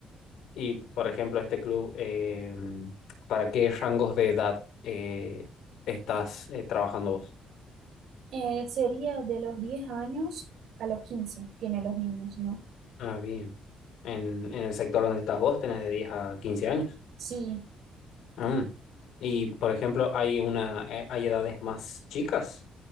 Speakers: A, on the left (about 85°); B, on the right (about 75°).
A: Y por ejemplo, este club, eh, ¿para qué rangos de edad eh, estás eh, trabajando vos?
B: Eh, sería de los 10 años a los 15 tienen los niños, ¿no?
A: Ah, bien. En, en el sector donde estás vos tenés de 10 a 15 años.
B: Sí,
A: Ah. Y, por ejemplo, hay una, eh, hay edades más chicas.